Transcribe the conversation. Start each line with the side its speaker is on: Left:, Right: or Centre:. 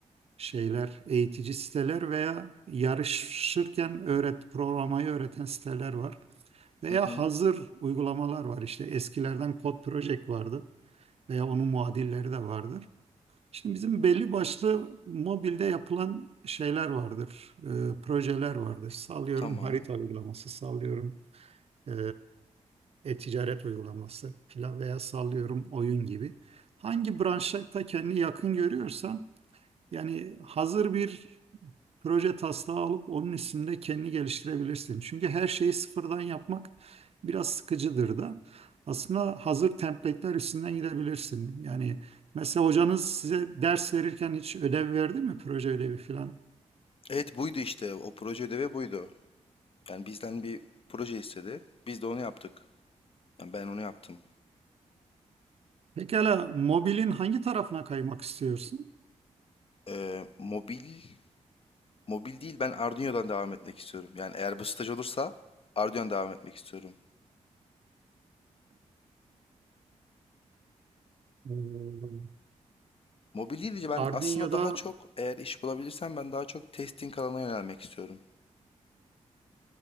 Right: şeyler, eğitici siteler veya yarışırken öğret programayı öğreten siteler var. Veya
Left: Hı hı.
Right: hazır uygulamalar var. İşte eskilerden Code Project vardı veya onun muadilleri de vardır. Şimdi bizim belli başlı mobilde yapılan şeyler vardır, e, projeler vardır. Sallıyorum
Left: Tamam.
Right: harita uygulaması, sallıyorum e, e-ticaret uygulaması filan veya sallıyorum oyun gibi. Hangi branşta kendini yakın görüyorsan yani hazır bir proje taslağı alıp onun üstünde kendini geliştirebilirsin. Çünkü her şeyi sıfırdan yapmak biraz sıkıcıdır da. Aslında hazır template'ler üstünden gidebilirsin. Yani mesela hocanız size ders verirken hiç ödev verdi mi? Proje ödevi filan.
Left: Evet buydu işte. O proje ödevi buydu. Yani bizden bir proje istedi. Biz de onu yaptık. Yani ben onu yaptım.
Right: Pekala mobilin hangi tarafına kaymak istiyorsun?
Left: Ee, mobil mobil değil ben Arduino'dan devam etmek istiyorum. Yani eğer bu staj olursa Arduino'dan devam etmek istiyorum.
Right: Hmm.
Left: Mobil değil de ben
Right: Arduino'da
Left: aslında daha çok eğer iş bulabilirsem ben daha çok testing alanına yönelmek istiyorum.